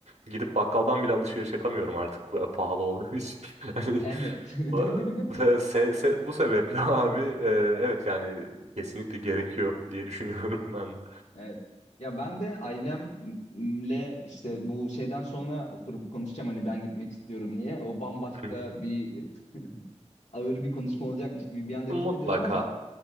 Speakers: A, on the right (about 70°); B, on the left (about 70°).
A: gidip bakkaldan bile alışveriş yapamıyorum artık e, pahalı olduğu için. <laughs> Hani,
B: Evet. <laughs>
A: e, se- se- se- bu sebeple <laughs> abi e, evet yani kesinlikle gerekiyor diye düşünüyorum <laughs> ben.
B: Evet. Ya ben de ailemle işte bu şeyden sonra oturup konuşacağım hani ben gitmek istiyorum diye. O bambaşka
A: Hı hı.
B: bir <laughs> ağır bir konuşma olacakmış gibi bir yandan
A: Mutlaka.
B: hissediyorum ama